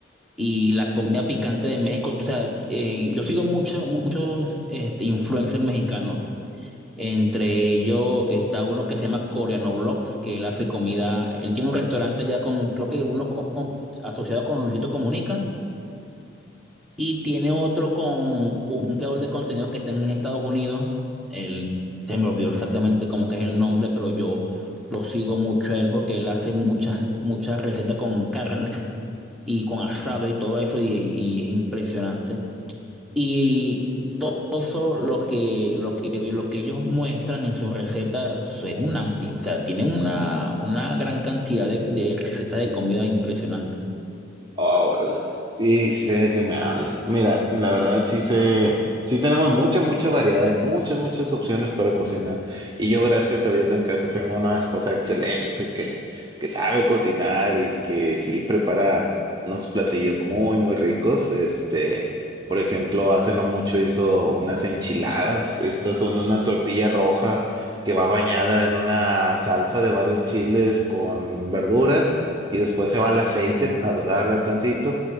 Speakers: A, in the centre; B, on the right.
A: y la comida picante de México, o sea, eh, yo sigo mucho, muchos este, influencers mexicanos. Entre ellos está uno que se llama Coreano Vlogs, que él hace comida, él tiene un restaurante allá con, creo que uno asociado con Luisito Comunica. Y tiene otro con un creador de contenido que está en Estados Unidos. Él, se me olvidó exactamente cómo que es el nombre, pero yo lo sigo mucho a él porque él hace muchas, muchas recetas con carnes y con asado y todo eso y, y es impresionante. Y eso lo que, lo que, lo que ellos muestran en sus recetas es un amplio, o sea, tienen una, una gran cantidad de, de recetas de comida impresionante.
B: Oh, órale. Sí, sí sé de qué me hablas. Mira, la verdad sí sé, sí tenemos mucha, mucha variedad y muchas, muchas opciones para cocinar. Y yo, gracias a Dios, en casa tengo una esposa excelente que, que sabe cocinar y que sí prepara unos platillos muy, muy ricos. Este, por ejemplo, hace no mucho hizo unas enchiladas. Estas son una tortilla roja que va bañada en una salsa de varios chiles con verduras y después se va al aceite a dorarla tantito.